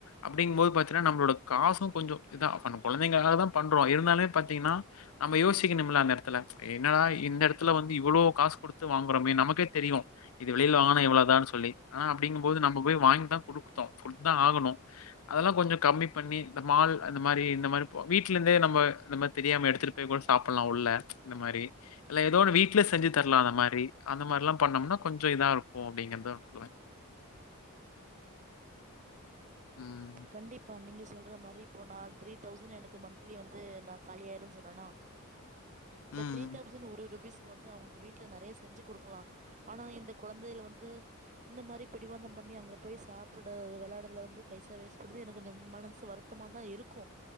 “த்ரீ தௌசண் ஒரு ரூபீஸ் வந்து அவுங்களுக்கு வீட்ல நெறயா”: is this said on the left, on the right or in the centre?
Right